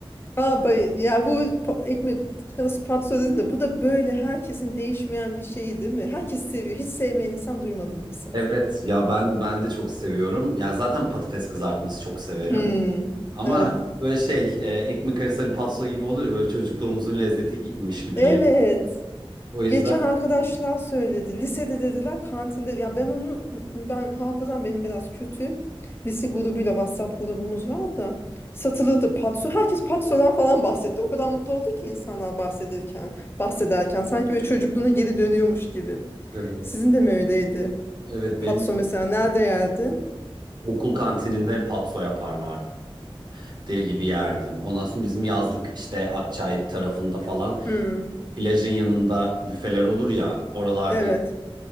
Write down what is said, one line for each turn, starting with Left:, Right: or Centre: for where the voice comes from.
Left: Aa, bay ya bu pa- ekmek arası patso dedim de bu da böyle herkesin değişmeyen bir şeyi değil mi? Herkes seviyor. Hiç sevmeyen insan duymadım mesela.
Right: Evet ya ben ben de çok seviyorum. Yani zaten patates kızartması çok severim.
Left: Hmm,
Right: Ama
Left: evet.
Right: böyle şey e, ekmek arası hani patso gibi oluyor ya, böyle çocukluğumuzun lezzetiymiş gibi
Left: Evet.
Right: geliyor. O yüzden
Left: Geçen arkadaşlar söyledi. Lisede dediler kantinde. Ya ben onu ben hafızam benim biraz kötü. Lise grubuyla WhatsApp grubumuz var da satılırdı patso. Herkes patsodan falan bahsetti. O kadar mutlu oldu ki insanlar bahsederken, bahsederken sanki böyle çocukluğuna geri dönüyormuş gibi.
Right: evet,
Left: Sizin de mi öyleydi?
Right: evet
Left: Patso
Right: benim
Left: mesela nerede yerdin?
Right: okul kantininde patso yaparlar. Deli gibi yerdim. Ondan sonra bizim yazlık işte Akçay tarafında falan
Left: Hmm,
Right: plajın yanında büfeler olur ya oralarda
Left: evet.